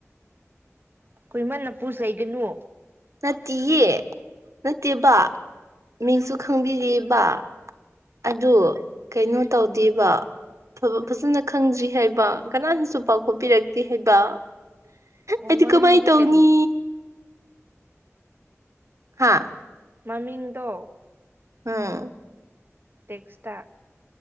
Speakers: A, on the right (about 45°); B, on the right (about 75°).
A: ꯀꯈꯣꯏꯃꯟ ꯅꯄꯨꯁ ꯂꯩꯒꯅꯨ
B: ꯅꯠꯇꯦꯌꯦ ꯅꯠꯇꯦꯕꯕꯥ ꯃꯤꯡꯁꯨ ꯈꯪꯕꯤꯔꯦꯕ ꯑꯗꯨ ꯀꯩꯅꯣ ꯇꯧꯗꯦꯕ
A: ꯀꯔꯤ
B: ꯐꯖꯅ ꯈꯪꯗ꯭ꯔꯤ ꯍꯥꯏꯕ ꯀꯅꯥꯅꯁꯨ ꯄꯥꯎꯈꯣꯄꯤꯔꯛꯇꯦ ꯍꯥꯏꯕ
A: ꯑꯣ
B: ꯑꯩꯗꯤ
A: ꯃꯃꯤꯡꯗꯤ
B: ꯀꯃꯥꯏ ꯇꯧꯅꯤ
A: ꯀꯔꯤ
B: ꯍꯥꯥ
A: ꯃꯃꯤꯡꯗ
B: ꯑꯝ
A: ꯇꯦꯛꯁꯇ